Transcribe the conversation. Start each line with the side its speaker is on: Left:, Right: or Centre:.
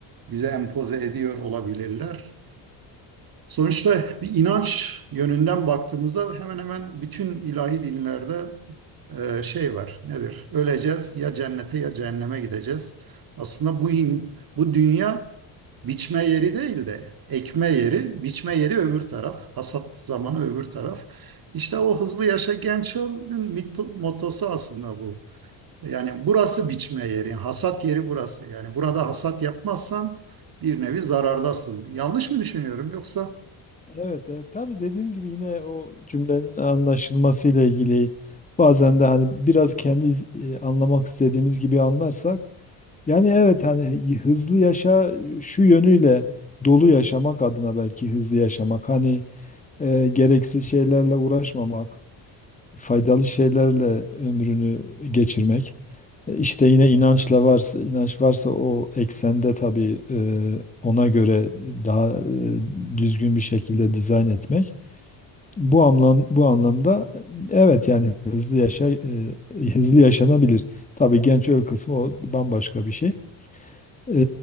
Right: bize empoze ediyor olabilirler. Sonuçta bir inanç yönünden baktığımızda hemen hemen bütün ilahi dinlerde e, şey var. Nedir? Öleceğiz ya cennete ya cehenneme gideceğiz. Aslında bu in- bu dünya biçme yeri değil de ekme yeri, biçme yeri öbür taraf, hasat zamanı öbür taraf. İşte o hızlı yaşa genç ol'un mit- mottosu aslında bu. Yani burası biçme yeri, hasat yeri burası. Yani burada hasat yapmazsan bir nevi zarardasın. Yanlış mı düşünüyorum yoksa?
Left: evet e, tabii dediğim gibi yine o cümlenin anlaşılmasıyla ilgili bazen de hani biraz kendi iz- e, anlamak istediğimiz gibi anlarsak yani evet hani y- hızlı yaşa şu yönüyle dolu yaşamak adına belki hızlı yaşamak hani e, gereksiz şeylerle uğraşmamak faydalı şeylerle ömrünü geçirmek. E, İşte yine inançla varsa, inanç varsa o eksende tabii e, ona göre daha e, düzgün bir şekilde dizayn etmek. Bu anlam, bu anlamda e, evet yani hızlı yaşa e, hızlı yaşanabilir. Tabii genç öl kısmı o bambaşka bir şey. E,